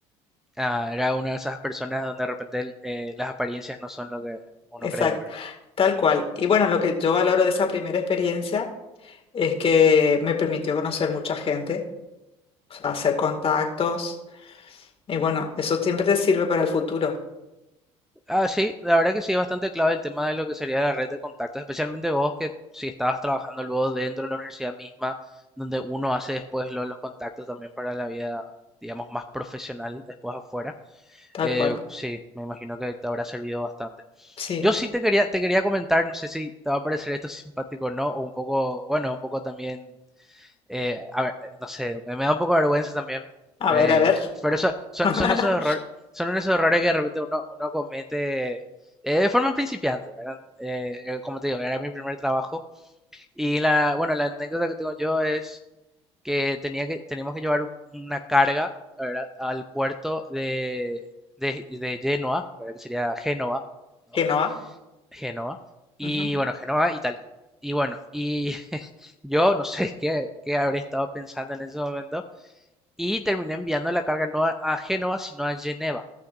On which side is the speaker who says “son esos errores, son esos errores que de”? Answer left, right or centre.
Centre